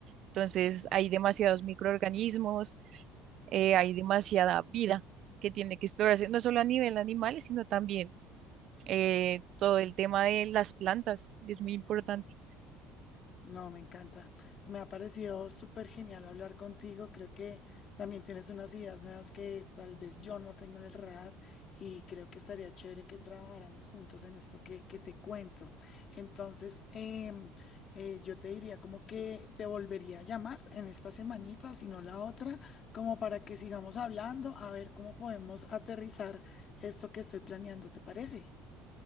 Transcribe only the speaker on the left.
No, me encanta. Me ha parecido súper genial hablar contigo. Creo que también tienes unas ideas nuevas que tal vez yo no tengo en el radar y creo que estaría chévere que trabajáramos juntos en esto que, que te cuento. Entonces, em, eh, yo te diría como que te volvería a llamar en esta semanita, si no la otra, como para que sigamos hablando, a ver cómo podemos aterrizar esto que estoy planeando, ¿te parece?